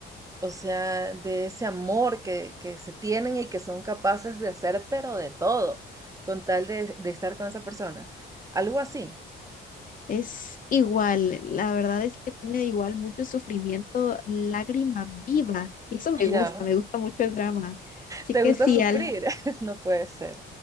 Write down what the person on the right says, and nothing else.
o sea, de ese amor que, que se tienen y que son capaces de hacer, pero de todo, con tal de, de estar con esa persona. Algo así.
Y
Ya.
¿Te
gusta
sufrir?
<laughs> No puede ser.